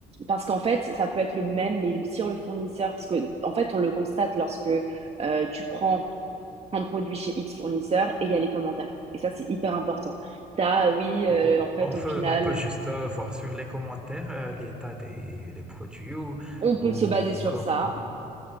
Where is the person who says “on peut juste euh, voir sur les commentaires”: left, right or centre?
Centre